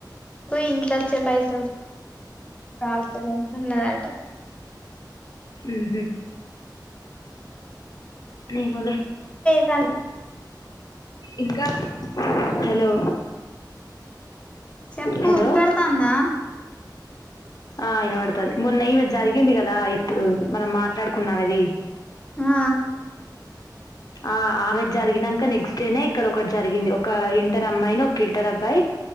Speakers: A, on the left; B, on the left.
A: కు ఇంట్లచ్చే పైసలు సాల్తాలేదా అన్నదాట.
B: ఉహు ఏమో లే
A: తను
B: ఇంకా హలో
A: చెప్పు
B: హలో
A: ఇంపడ్తందా
B: ఆ విన్నబాడుతుంది మొన్న్యఈమె జరిగింది కదా ఇప్పుడు మనం మాట్లాడుకున్నాం అది.
A: ఆ
B: ఆ ఆమె జరిగినాక నెక్స్ట్ డేనే ఇక్కడ ఒకటి జరిగింది ఒక ఇంటర్ అమ్మాయిని ఒక ఇంటర్ అబ్బాయి